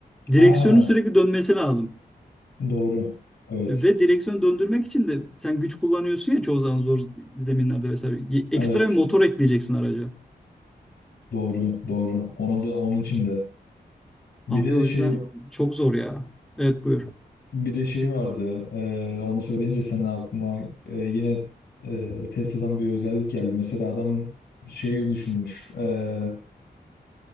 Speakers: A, in the centre; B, on the left.
A: direksiyonun
B: ha
A: sürekli dönmesi lazım.
B: doğru. Evet.
A: Ve direksiyonu döndürmek için de sen güç kullanıyorsun ya çoğu zaman zor zeminlerde vesaire. Y- Ekstra
B: Evet.
A: bir motor ekleyeceksin araca.
B: Doğru. Doğru. Onu da onun için de. Bir
A: Abi
B: de
A: o
B: şey
A: yüzden çok zor ya. Evet buyur.
B: bir de şey vardı. Ee, onu söyleyince sen aklıma e, yine e, Tesla'dan bir özellik geldi. Mesela adam şey düşünmüş. Ee,